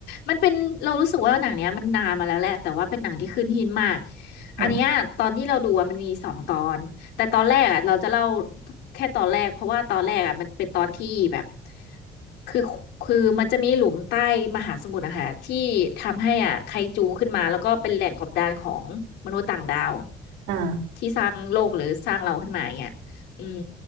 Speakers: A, on the left; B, on the right.
A: มันเป็นเรารู้สึกว่าหนังเนี้ยมันนานมาแล้วแหละแต่ว่าเป็นหนังที่ขึ้นหินมาก
B: ออ
A: อันเนี้ยตอนที่เราดูอะมันมีสองตอนแต่ตอนแรกอ่ะเราจะเล่าแค่ตอนแรกเพราะว่าตอนแรกอ่ะมันเป็นตอนที่แบบคือคือมันจะมีหลุมใต้มหาสมุทรอะค่ะที่ทำให้อ่ะไคจูขึ้นมาแล้วก็เป็นแหล่งกบดานของมนุษย์ต่างดาว
B: อ่า
A: ที่สร้างโลกหรือสร้างเราขึ้นมาอย่างเนี้ยอืม